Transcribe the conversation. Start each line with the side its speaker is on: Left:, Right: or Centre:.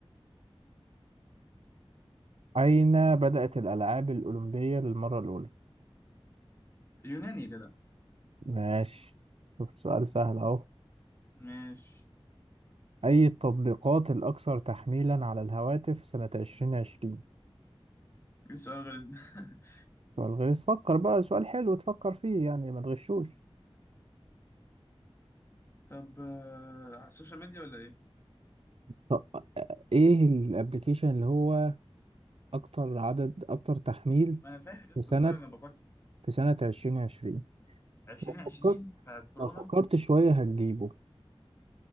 Right: أين بدأت الألعاب الأولمبية للمرة الأولى؟
Left: يوناني كده
Right: ماشي شوف سؤال سهل أهو
Left: مش
Right: أي التطبيقات الأكثر تحميلا على الهواتف سنة 2020
Left: ايه السؤال غير ده <laughs>
Right: سؤال غيظ فكر بقى سؤال حلو تفكر فيه يعني ما تغشوش
Left: طب آه، على السوشيال ميديا ولا ايه
Right: طب إيه الأبليكيشن اللي هو أكتر عدد أكتر تحميل
Left: ما انا فاهم يا
Right: في
Left: اسطى
Right: سنة
Left: السؤال انا بفكر
Right: في سنة 2020
Left: 2020
Right: لو فكرت
Left: ساعه كورونا
Right: لو فكرت شوية هتجيبه